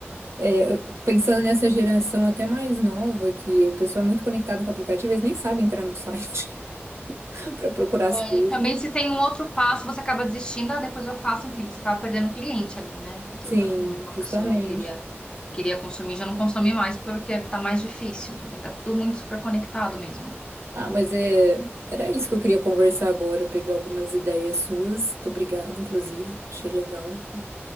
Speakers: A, on the right; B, on the left.
A: é, pensando nessa geração até mais nova, que o pessoal é muito conectada com o aplicativo, eles nem sabem entrar no site <laughs> para procurar
B: É,
A: as coisas.
B: e também se tem um outro passo, você acaba desistindo, ah, depois eu faço, enfim, você acaba perdendo um cliente ali, né? Então,
A: Sim,
B: Uma
A: justamente.
B: pessoa queria, queria consumir, já não consome mais porque tá mais difícil. Então tem que estar tudo muito super conectado mesmo.
A: Ah, mas é... era isso que eu queria conversar agora, pegar algumas ideias suas. Muito obrigada, inclusive. Achei legal.